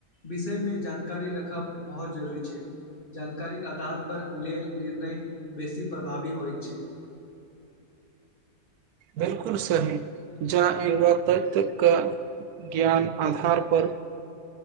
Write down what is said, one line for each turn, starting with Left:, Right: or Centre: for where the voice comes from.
Left: विषयमे जानकारी रखब बहोत जरूरी छै, जानकारी के आधार पर लेल निर्णय बेसी प्रभावी होय छै।
Right: बिलकुल सही जा युवक तत्व के ज्ञान अधार पर